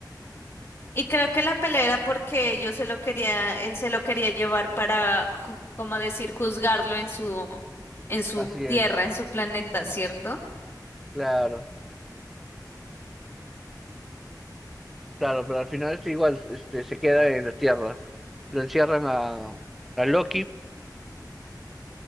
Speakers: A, on the left; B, in the centre.
A: Y creo que la pelea era porque yo se lo quería, él se lo quería llevar para, ju- como decir, juzgarlo en su, en su
B: Así
A: tierra,
B: es,
A: en su planeta, ¿cierto?
B: claro, claro, pero al final este igual, este, se queda en la Tierra. Lo encierran a, a Loki